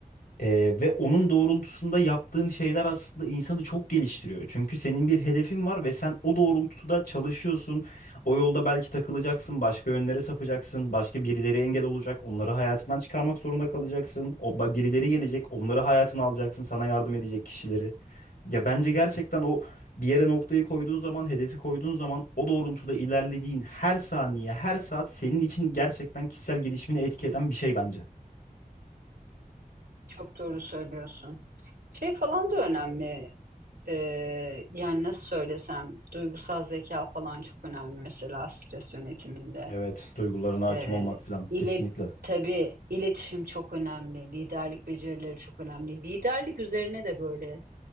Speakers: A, on the left; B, on the right.
A: Ee, ve onun doğrultusunda yaptığın şeyler aslında insanı çok geliştiriyor. Çünkü senin bir hedefin var ve sen o doğrultuda çalışıyorsun. O yolda belki takılacaksın, başka yönlere sapacaksın, başka birileri engel olacak, onları hayatından çıkarmak zorunda kalacaksın. O ba- birileri gelecek, onları hayatına alacaksın, sana yardım edecek kişileri. Ya bence gerçekten o bir yere noktayı koyduğun zaman, hedefi koyduğun zaman o doğrultuda ilerlediğin her saniye, her saat senin için gerçekten kişisel gelişimini etki eden bir şey bence.
B: Çok doğru söylüyorsun. Şey falan da önemli. E, yani nasıl söylesem duygusal zeka falan çok önemli mesela stres yönetiminde.
A: Evet, duygularına hakim
B: E,
A: olmak falan
B: ile
A: kesinlikle.
B: tabii iletişim çok önemli, liderlik becerileri çok önemli. Liderlik üzerine de böyle